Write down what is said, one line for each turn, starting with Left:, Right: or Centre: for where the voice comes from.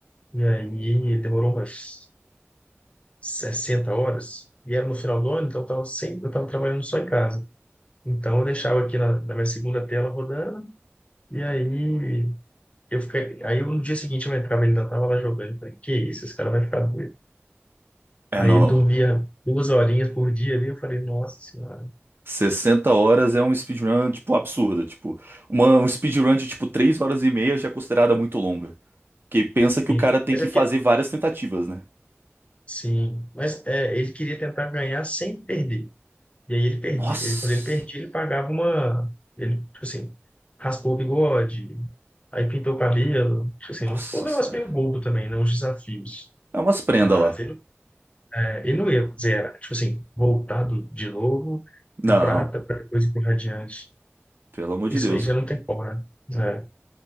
Left: e aí ele demorou umas 60 horas, e era no final do ano, então eu estava sempre, eu tava trabalhando só em casa. Então eu deixava aqui na, na minha segunda tela rodando, e aí eu fiquei, aí eu, no dia seguinte eu entrava, ele ainda estava lá jogando, eu falei, que isso, esse cara vai ficar doido.
Right: é,
Left: Aí
Right: não, não.
Left: dormia duas horinhas por dia ali, eu falei, nossa senhora,
Right: sessenta horas é um speedrun, tipo, absurda. Tipo, uma, um speedrun de, tipo, 3 horas e meia já é considerada muito longa. Porque pensa que
Left: entendi.
Right: o cara tem
Left: Mas
Right: que
Left: é
Right: fazer
Left: que
Right: várias tentativas, né?
Left: sim, mas é, ele queria tentar ganhar sem perder. E aí ele perdia.
Right: Nossa!
Left: Ele, quando ele perdia, ele pagava uma. Ele, tipo assim, raspou o bigode, aí pintou o cabelo. Tipo assim,
Right: Nossa
Left: ficou um negócio
Right: senhora.
Left: meio bobo também, não os desafios.
Right: É umas prendas
Left: Mas
Right: lá.
Left: ele, é, ele não ia zerar. Tipo assim, voltado de novo,
Right: Não,
Left: de prata, para depois ir pro radiante.
Right: pelo amor
Left: Isso
Right: de Deus,
Left: aí já
Right: pô.
Left: não tem como, né? É.